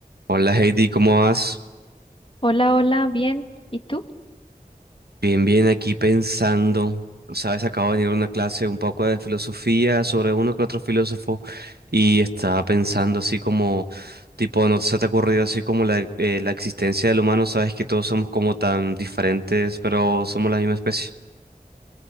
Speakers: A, on the right; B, on the left.
A: Hola Heidi, ¿cómo vas?
B: Hola, hola, bien. ¿Y tú?
A: Bien, bien, aquí pensando. Sabes, acabo de venir a una clase un poco de filosofía sobre uno que otro filósofo y estaba pensando así como, tipo, ¿no se te ha ocurrido así como la, eh, la existencia del humano? Sabes que todos somos como tan diferentes, pero somos la misma especie.